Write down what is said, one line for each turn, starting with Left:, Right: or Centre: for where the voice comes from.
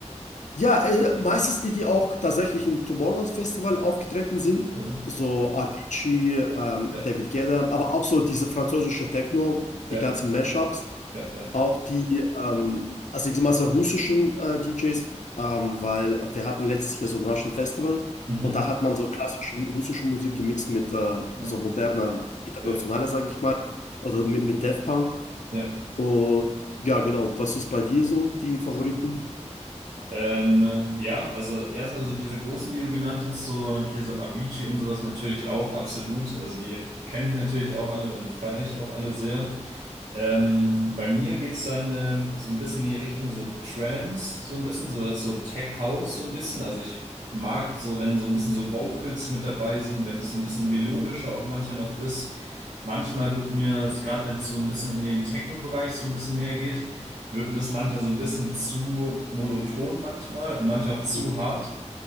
Left: ja, äh, meistens die, die auch tatsächlich im Tomorrowland Festival aufgetreten sind.
Right: Ja,
Left: So Avicii, ähm,
Right: ja,
Left: David Guetta, aber auch so diese französische Techno,
Right: ja,
Left: die ganzen Mashups.
Right: ja. ja.
Left: Auch die, ähm, also ich sag mal so russischen äh, DJs, ähm, weil wir hatten letztes Jahr so ein Russian Festival
Right: Mhm.
Left: und da hat man so klassische russische Musik gemixt mit äh, so
Right: Okay.
Left: moderner, internationaler,
Right: Ja,
Left: sage ich mal, oder mit, mit Daft Punk.
Right: ja,
Left: Und ja, genau, was ist bei dir so, die Favoriten?
Right: sehr cool. Ähm, ja, also erstmal so diese großen, die du genannt hast, so hier so Avicii und sowas natürlich auch absolut. Also die kenne ich natürlich auch alle und feiere ich auch alle sehr. Ähm, bei mir geht's dann ähm, so ein bisschen in die Richtung so Trance, so ein bisschen, so das so Tech House, so ein bisschen. Also ich mag so, wenn so ein bisschen so Vocals mit dabei sind, wenn das ein bisschen melodischer auch manchmal noch ist. Manchmal wird mir, gerade wenn es so ein bisschen in den Techno-Bereich so ein bisschen mehr geht, wird mir das manchmal so ein bisschen zu monoton manchmal und manchmal auch zu
Left: Mhm.
Right: hart.